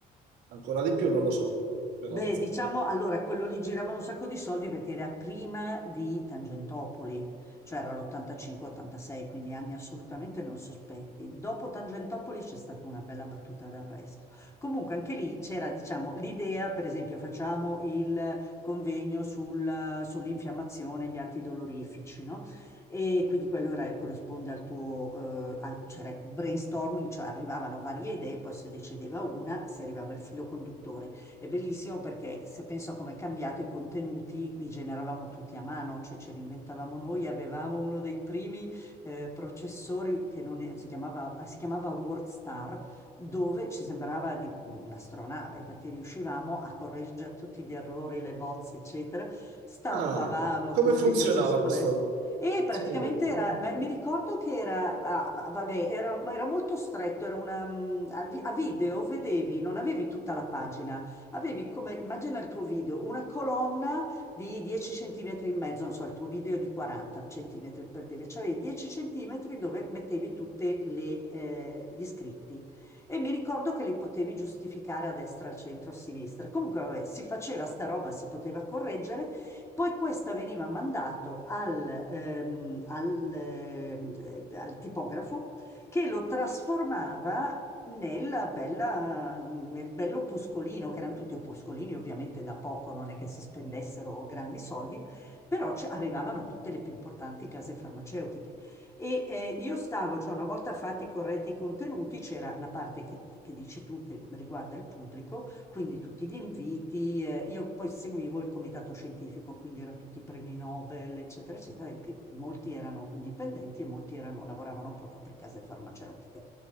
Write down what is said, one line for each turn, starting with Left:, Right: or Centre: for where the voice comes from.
Right: ancora di più, non lo so, però
Left: Beh,
Right: insomma.
Left: diciamo allora quello lì giravano un sacco di soldi perché era prima di Tangentopoli, cioè era l'85-86, quindi anni assolutamente non sospetti. Dopo Tangentopoli c'è stata una bella battuta d'arresto. Comunque anche lì c'era, diciamo, l'idea, per esempio, facciamo il convegno sul- sull'infiammazione, gli antidolorifici, no? E quindi quello era- corrisponde al tuo eh, al- cioè brainstorming, cioè arrivavano varie idee, poi si decideva una, si arrivava al filo conduttore. È bellissimo perché se penso a come è cambiato i contenuti li generavamo tutti a mano, cioè ce li inventavamo noi, avevamo uno dei primi eh, processori che non, è- non si chiamava, eh, si chiamava WordStar, dove ci sembrava di un'astronave perché riuscivamo a correggere tutti gli errori, le bozze, eccetera, stampavamo
Right: Ah, come
Left: tutti
Right: funzionava
Left: gli opuscoletti.
Right: questo?
Left: E praticamente
Right: Sì, come-
Left: era, ma mi ricordo che era, ah, ah, vabbè, era, era molto stretto, era una, mm, a vi- a video, vedevi, non avevi tutta la pagina, avevi come, immagina il tuo video, una colonna di 10 centimetri e mezzo, non so, il tuo video è di 40 centimetri per dire, cioè avevi 10 centimetri dove mettevi tutti eh, gli iscritti. E mi ricordo che li potevi giustificare a destra, al centro, a sinistra. Comunque, vabbè, si faceva sta roba, si poteva correggere. Poi questa veniva mandato al, ehm, al, ehm, eh, al tipografo che lo trasformava nella bella- nel bello opuscolino, che erano tutti opuscolini ovviamente da poco, non è che si spendessero grandi soldi, però ci arrivavano tutte le più importanti case farmaceutiche. E eh, io stavo, cioè una volta fatti corretti i contenuti, c'era la parte che, che dici tu che riguarda il pubblico, quindi tutti gli inviti, eh, io poi seguivo il comitato scientifico, quindi erano tutti premi Nobel, eccetera, eccetera, che molti erano indipendenti e molti erano- lavoravano proprio per case farmaceutiche.